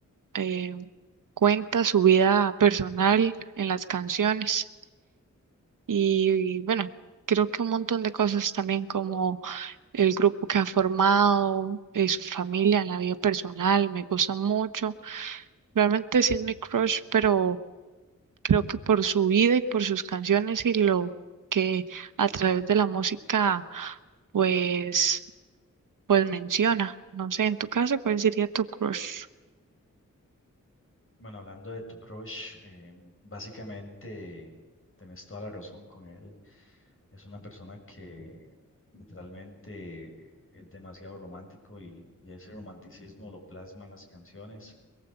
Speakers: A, on the right; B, on the left.
A: eh, cuenta su vida personal en las canciones y, bueno, creo que un montón de cosas también como el grupo que ha formado, eh, su familia en la vida personal, me gusta mucho. Realmente sí es mi crush, pero creo que por su vida y por sus canciones y lo que a través de la música pues pues menciona. No sé, en tu caso, ¿cuál sería tu crush?
B: Bueno, hablando de tu crush, eh, básicamente tenés toda la razón con él. Es una persona que literalmente es demasiado romántico y, y ese romanticismo lo plasma en las canciones.